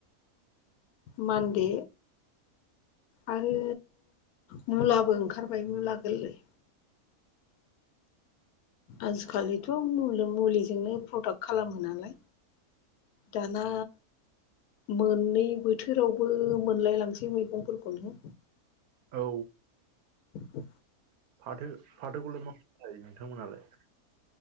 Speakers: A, on the left; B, on the right.
A: मान्दे आरो मुलाबो ओंखारबाय मुला गोरलै। आजिखालिथ' मुलिजोंनो प्रडाक्ट खालामो नालाय दाना मोननै बोथोरावबो मोनलाय लांसै मैगंफोरखौनो।
B: औ
A: औ
B: फाथो फाथोखौल' माव जायो नोंथांमोनालाय।